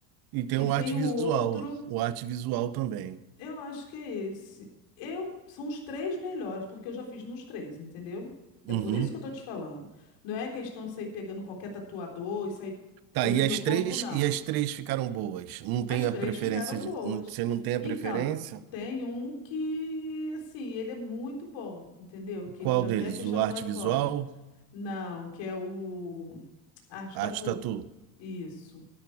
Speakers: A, on the right; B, on the left.
A: E tem
B: E
A: o
B: tem
A: arte visual,
B: o outro,
A: o arte visual também.
B: eu acho que é esse. Eu são os três melhores, porque eu já fiz nos três, entendeu?
A: Uhum.
B: É por isso que eu tô te falando. Não é questão de sair pegando qualquer tatuador e sair
A: Tá,
B: coisa
A: e
B: no
A: as
B: meu corpo,
A: três,
B: não.
A: e as três ficaram boas. Não tem
B: As três
A: a preferência
B: ficaram
A: de,
B: boas.
A: não- você não tem a
B: Então,
A: preferência?
B: tem um que, assim, ele é muito bom, entendeu? Que
A: Qual
B: ele já
A: deles?
B: até fez
A: O
B: tatuagem
A: arte visual,
B: fora. Não, que é o Arte
A: a
B: Tatu.
A: arte tatu,
B: Isso.